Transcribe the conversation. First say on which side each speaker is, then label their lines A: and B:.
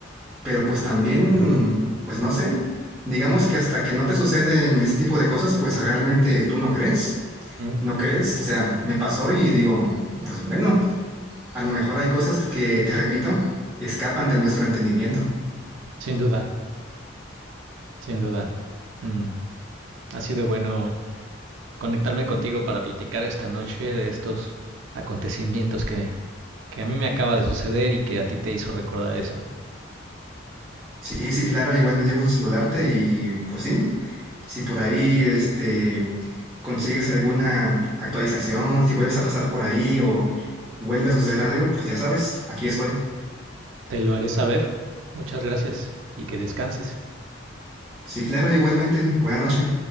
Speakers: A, in the centre; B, on the right (about 70°).
A: Pero pues también,
B: Ujú,
A: pues no sé, digamos que hasta que no te suceden ese tipo de cosas, pues realmente tú no crees,
B: ujú.
A: no crees. O sea, me pasó y digo, pues bueno, a lo mejor hay cosas que, te repito, escapan de nuestro entendimiento.
B: Sin duda, sin duda. Mm, ha sido bueno conectarme contigo para platicar esta noche de estos acontecimientos que, que a mí me acaba de suceder y que a ti te hizo recordar eso.
A: Sí, sí, claro, igual me dio gusto saludarte y pues sí, si por ahí este, consigues alguna actualización, si vuelves a pasar por ahí o vuelve a suceder algo, pues ya sabes, aquí estoy.
B: Te lo haré saber. Muchas gracias y que descanses.
A: Sí, claro, igualmente, buena noche.